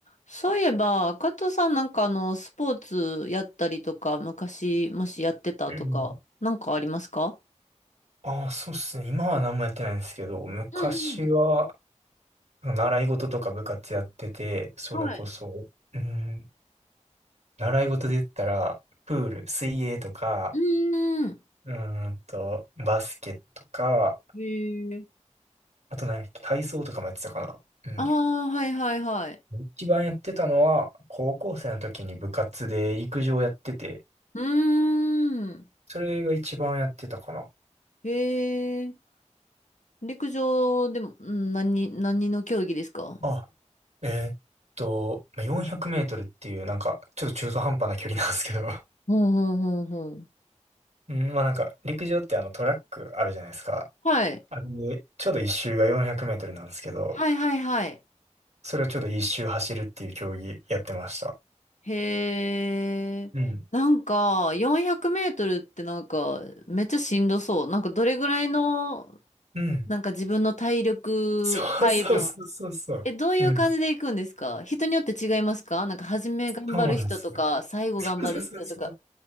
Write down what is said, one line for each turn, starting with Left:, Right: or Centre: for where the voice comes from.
Left: そういえば、加藤さんなんかあの、スポーツやったりとか、昔、もしやってたとか、
Right: うん。
Left: なんかありますか
Right: ああ、そうっすね。今は何もやってないんですけど、昔は、
Left: うん
Right: 習い事とか部活やってて、それこそ、
Left: うん。はい。う
Right: うん、習い事で言ったら、プール、水泳とか、
Left: ーん。
Right: うーんと、バスケとか、
Left: へえ。
Right: あと何やっけ、体操とかもやってたかな。うん。
Left: ああ、はいはいはい。
Right: 一番やってたのは、高校生の時に部活で陸上やってて、
Left: うーん。
Right: それが一番やってたかな。
Left: へえ。陸上でも、うん何、何の競技ですか
Right: あ、えーっと、まあ400メートルっていう、なんか、ちょっと中途半端な距離なんですけど
Left: ほうほうほうほう。
Right: うん、まあなんか、陸上ってあのトラックあるじゃないですか。
Left: はい。
Right: あれで、ちょうど一周が400メートルなんですけど、
Left: はいはいはい。
Right: それをちょうど一周走るっていう競技やってました。
Left: へえ。
Right: うん。
Left: なんか、400メートルってなんか、めっちゃしんどそう。なんか、どれぐらいの
Right: うん。
Left: なんか自分の体力配分。
Right: そうそうそうそうそう。
Left: え、どういう感じで行くんですか人によって違いますかなんか初め頑張る人とか、
Right: うん。そうなんですよ。
Left: 最後頑張る人とか。
Right: そうそうそうそう。